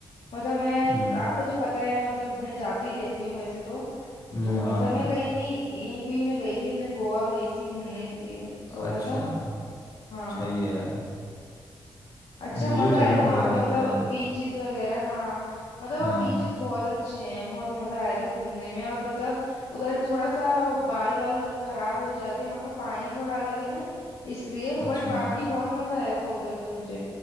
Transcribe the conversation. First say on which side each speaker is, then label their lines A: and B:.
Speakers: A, on the left; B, on the left.
A: मतलब मैं
B: हम्म
A: आपको तो पता है मतलब मैं जाती रहती हूँ वैसे तो
B: हम्म,
A: तो
B: हाँ
A: मतलब मैं कहीं नहीं यहीं पे ही मैं गई थी अपने गोवा गई थी घूमने के लिए थोड़ा
B: अच्छा
A: सा हाँ
B: सही है यार
A: अच्छा
B: मुझे
A: मजा
B: भी जाना
A: आया था
B: पड़ेगा
A: वहां पे
B: लगता
A: मतलब
B: है
A: बीचेस वगैरह हाँ मतलब वहाँ
B: हाँ
A: बीचेस बहुत अच्छे हैं बहुत मजा आया था घूमने में और मतलब उधर थोड़ा सा बाल वाल खराब हो जाते हैं वहाँ का पानी थोड़ा अलग है ना इसलिए
B: अच्छा
A: बट बाकी बहुत मजा आया था उधर तो मुझे